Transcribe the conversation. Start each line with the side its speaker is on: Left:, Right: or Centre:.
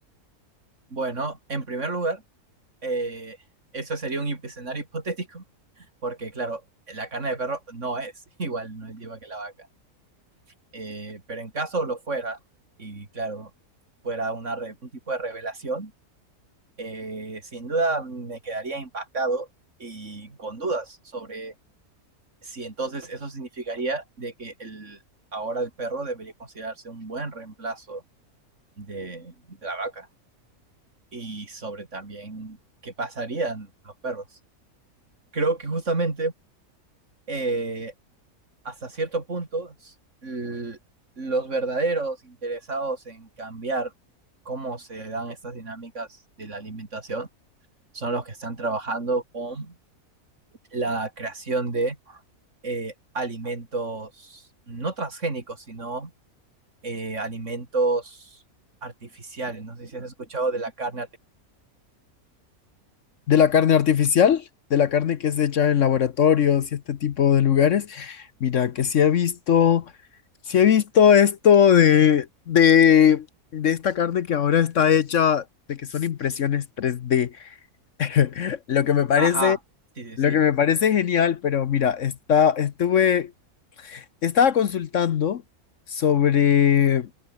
Right: Bueno, en primer lugar, eh, eso sería un hip- escenario hipotético, porque claro, la carne de perro no es <laughs> igual, no es igual que la vaca. Eh, pero en caso lo fuera, y claro, fuera una re- un tipo de revelación, eh, sin duda me quedaría impactado y con dudas sobre si entonces eso significaría de que el, ahora el perro debería considerarse un buen reemplazo de, de la vaca y sobre también qué pasarían los perros. Creo que justamente eh, hasta cierto punto l- los verdaderos interesados en cambiar cómo se dan estas dinámicas de la alimentación son los que están trabajando con la creación de eh, alimentos no transgénicos, sino eh, alimentos artificiales. No sé si has escuchado de la carne artificial.
Left: de la carne artificial, de la carne que es hecha en laboratorios y este tipo de lugares. Mira, que sí he visto, sí he visto esto de, de, de esta carne que ahora está hecha, de que son impresiones tres d <laughs> Lo que me parece,
Right: Ajá, sí,
Left: lo
Right: sí, sí.
Left: que me parece genial, pero mira, está, estuve, estaba consultando sobre,